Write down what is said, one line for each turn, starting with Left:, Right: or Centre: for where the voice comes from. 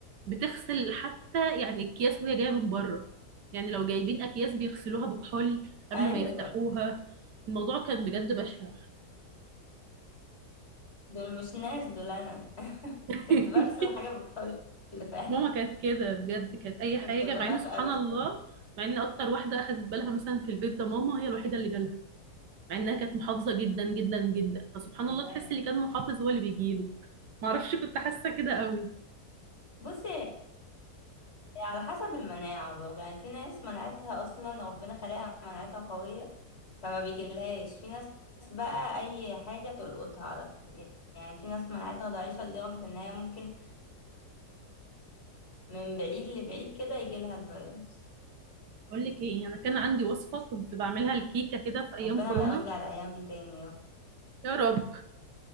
Right: بتغسل حتى يعني اكياس وهي جايه من بره يعني لو جايبين اكياس بيغسلوها بكحول قبل
Left: أيوة
Right: ما يفتحوها الموضوع كان بجد بشع
Left: دول مش ناس دول أنا <laughs>
Right: <laughs>
Left: كنت بغسل حاجة بكحول فعلا
Right: ماما كانت كده بجد كانت اي حاجه
Left: كنت بخاف
Right: مع ان سبحان
Left: قوي
Right: الله
Left: ساعتها
Right: مع ان اكتر واحده اخدت بالها مثلا في البيت ده ماما هي الوحيده اللي جالها مع انها كانت محافظه جدا جدا جدا فسبحان
Left: ياه.
Right: الله تحس اللي كان محافظ هو اللي بيجيله ما اعرفش كنت حاسه كده قوي
Left: بصي على حسب المناعة برضه يعني في ناس مناعتها أصلا ربنا خلقها مناعتها قوية فما بيجيلهاش في ناس بقى أي حاجة تلقطها على طول يعني في ناس مناعتها ضعيفة لدرجة إن هي ممكن من بعيد لبعيد كده يجيلها الفيروس
Right: اقول لك ايه انا كان عندي وصفه كنت بعملها الكيكه كده في ايام
Left: ربنا
Right: كورونا
Left: ما يرجع الأيام دي تاني يا رب
Right: يا رب